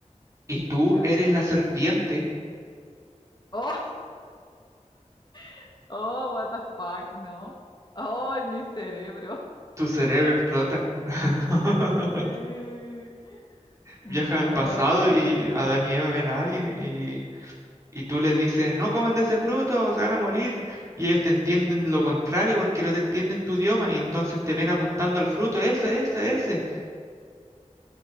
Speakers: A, on the right (about 25°); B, on the left (about 35°).
A: y tú
B: ¿ya?
A: eres la serpiente.
B: Oh, <laughs> oh, what the fuck, no. Ay, mi cerebro.
A: Tu cerebro explota. <laughs>
B: Sí. No,
A: Viajas al pasado
B: qué acuático.
A: y Adán y Eva ven a alguien y Y tú les dices, no coman de ese fruto, se van a morir. Y ellos te entienden lo contrario porque no te entienden tu idioma. Y entonces te ven apuntando al fruto, ese, ese, ese.